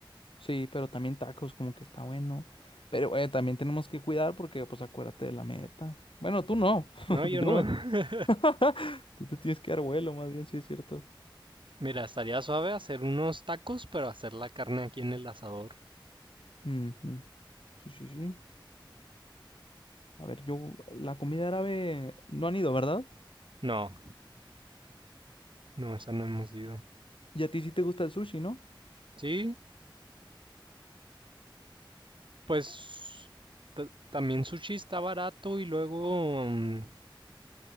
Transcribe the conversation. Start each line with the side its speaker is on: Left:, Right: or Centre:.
Left: Sí, pero también tacos, como que está bueno. Pero eh, también tenemos que cuidar porque, pues, acuérdate de la meta. Bueno, tú no.
Right: No,
Left: <laughs>
Right: yo
Left: Yo
Right: no.
Left: me...
Right: <laughs>
Left: <laughs> Tú te tienes que dar vuelo, más bien, sí es cierto.
Right: Mira, estaría suave hacer unos tacos, pero hacer la carne aquí en el asador.
Left: Ujú. Sí, sí, sí. A ver, yo, la comida árabe no han ido, ¿verdad?
Right: No, no, esa no hemos ido.
Left: Y a ti sí te gusta el sushi, ¿no?
Right: Sí, pues ta- también sushi está barato y luego, mm,